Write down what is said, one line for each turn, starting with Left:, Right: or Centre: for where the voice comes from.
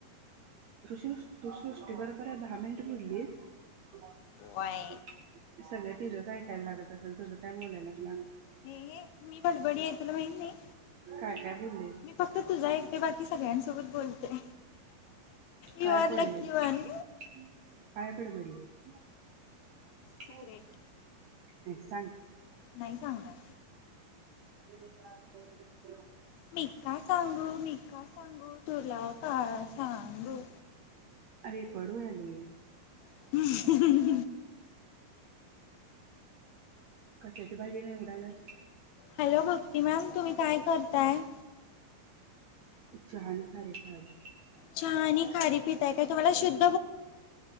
Right: तूसृष तू सृष्टी बरोबर दहा मिनिट बोलीस
Left: होय.
Right: सगळ तिजच हाय टाइम लागत असल तुझ काय बोलायला तीला
Left: हे ए मी बडबडी हाय तुला माहीत नाही
Right: काय काय बोलले
Left: मी फक्त तुझ ऐकते बाकी सगळ्यांसोबत बोलते
Right: काय
Left: यू आर
Right: पडले
Left: लकी
Right: काय
Left: वन.
Right: बडबडले <inaudible>
Left: सिक्रेट
Right: हो ये सांग
Left: नाही सांगणार
Right: डेली टास्क पाहून घे
Left: मी का सांगू मी का सांगू तुला का सांगू
Right: अरे पडूयाले
Left: <inaudible>
Right: कशाची भाजी निवडायलात
Left: हॅलो भक की मॅम तुम्ही काय करताय
Right: चहा आणि खारी खायले
Left: चहा आणि खारी पिताय काय तुम्हाला शुद्